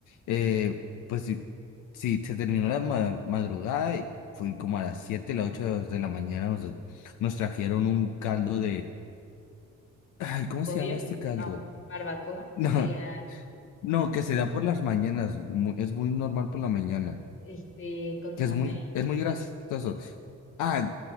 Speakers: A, on the left; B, on the left.
A: Eh, pues sí, sí, se terminó la ma- madrugada y fui como a las siete las ocho de la mañana, nos, nos trajeron un caldo Ay, ¿cómo
B: ¿De
A: se
B: pollo?
A: llama este caldo?
B: No,
A: <laughs>
B: barbacoa,
A: No,
B: que diga,
A: no, que se da por las mañanas. mu- es muy normal por la mañana.
B: este, consomé,
A: Que es muy, es muy grasoso. Ah,